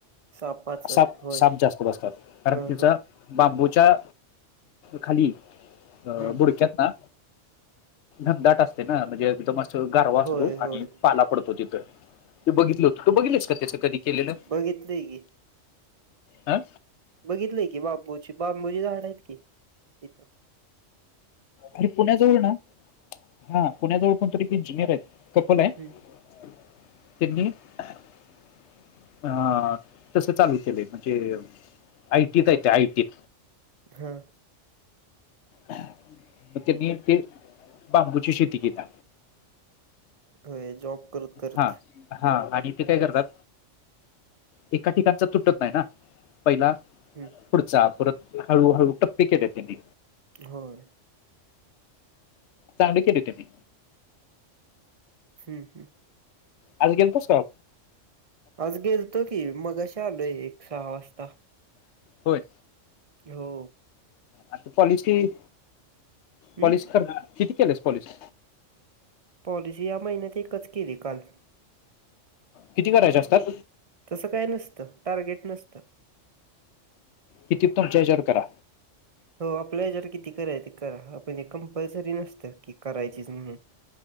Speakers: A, on the right; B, on the left.
A: सापाचं
B: साप
A: होय
B: साप जास्त बसतात कारण
A: हा
B: तिचा.
A: हा
B: बांबूच्या खाली अं
A: हम्म
B: बुडक्यात ना घनदाट असतय ना म्हणजे तिथं मस्त गारवा असतो
A: होय
B: आणि.
A: होय
B: पाला पडतो तिथं ते बघितलं होत तू बघितलस का त्याच कधी केलेलं.
A: बघितलंय की
B: आं
A: बघितलंय की बापुची -बांबूची झाडयत की तिथं.
B: अरे पुण्याजवळ ना हा पुण्याजवळ कोणतरी इंजिनियर हायत कपलाय.
A: हम्म
B: <unintelligible> आं तस चालू केलंय म्हणजे आयटीतय ते आयटीत.
A: हं
B: मग तेनी इथे बांबुची शेती केता.
A: व्हय जॉब करत करत
B: हा- हा आणि तेे काय करतात. एका ठिकाणचा तुटत नाही ना पहिला
A: हम्म
B: पुढचा परत हळूहळू टप्पे केलेत त्यांनी.
A: होय.
B: चांगलं केलंय त्यांनी.
A: हम्म- हम्म.
B: आज गेलतास काय?
A: आज गेलतो की मगाशी आलोय एक सहा वाजता.
B: होय.
A: हो.
B: आता पॉलिशी-
A: हम्म
B: पॉलिशी कर किती केलेस पॉलिशी?
A: पॉलिसी या महिन्यात एकच केली काल.
B: किती करायचे असतात?
A: तसं काय नसतं टार्गेट नसतं.
B: किती तुमच्या हेच्यावर करा.
A: हो आपल्या ह्याजावर किती कराय ते करा आपण कंपल्सरी नसतं की करायचीच म्हणून.